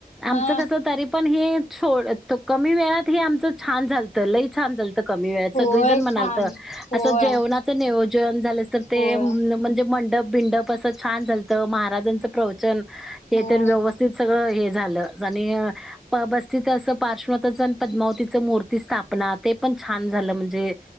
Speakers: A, in the centre; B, on the left (about 45°).
A: आमचं
B: हा
A: कस तरी पण हे छड कमी वेळात हे आमचं छान झालंत लई छान झालत कमी वेळात
B: होय
A: सगळीजण म्हनलत
B: छान होय.
A: असं जेवणाच नियोजन झाल असतं ते
B: होय
A: पण मंडप बिंडप असं छान झालतं महाराजांचं प्रवचन हे
B: होय
A: तर व्यवस्थित सगळं हे झालं आणि बस्तीच अस पार्श्वथण पद्मावतीच मूर्ती स्थापना ते पण छान झालं म्हणजे